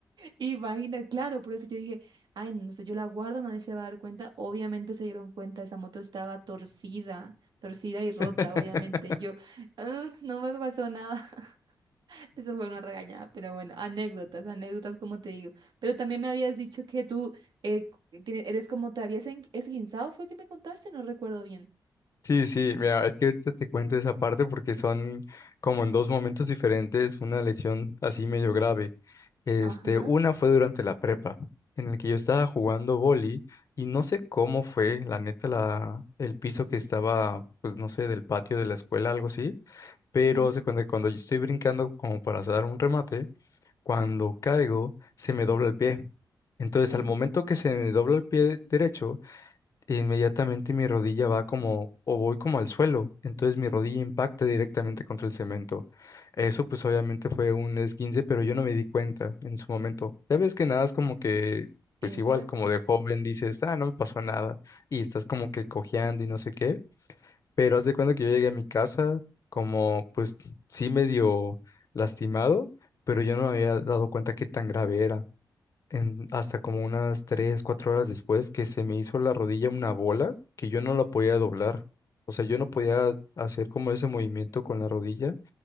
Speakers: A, on the right; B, on the left.
A: Imagina, claro, por eso yo dije, ay, no no sé, yo la guardo, nadie se va a dar cuenta. Obviamente se dieron cuenta, esa moto estaba torcida, torcida y rota,
B: <laughs>
A: obviamente. Yo, "Ah, no me pasó nada. <laughs> Eso fue una regañada, pero bueno, anécdotas, anécdotas, como te digo. Pero también me habías dicho que tú eh, tiene- eres como, te habías en- esguinzado, fue que me contaste, no recuerdo bien.
B: Sí, sí, mira, es que ahorita te cuento esa parte porque son como en dos momentos diferentes una lesión así medio grave. Este,
A: Ajá,
B: una fue durante la prepa, en el que yo estaba jugando vóley y no sé cómo fue, la neta, la, el piso que estaba, pues no sé, del patio de la escuela, algo así, pero
A: sí,
B: haz de cuenta que cuando yo estoy brincando como para hacer un remate, Cuando caigo, se me dobla el pie. Entonces,
A: ahí
B: al momento
A: no.
B: que se me dobla el pie derecho, inmediatamente mi rodilla va como, o voy como al suelo. Entonces, mi rodilla impacta directamente contra el cemento. Eso, pues, obviamente fue un esguince, pero yo no me di cuenta en su momento. Ya ves que nada es como que, pues,
A: Exacto,
B: igual, como de joven dices, ah, no me pasó nada. Y estás como que cojeando y no sé qué. Pero haz de cuenta que yo llegué a mi casa como, pues sí medio lastimado, pero yo no me había dado cuenta qué tan grave era. En- hasta como unas tres, cuatro horas después que se me hizo la rodilla una bola que yo no la podía doblar. O sea, yo no podía hacer como ese movimiento con la rodilla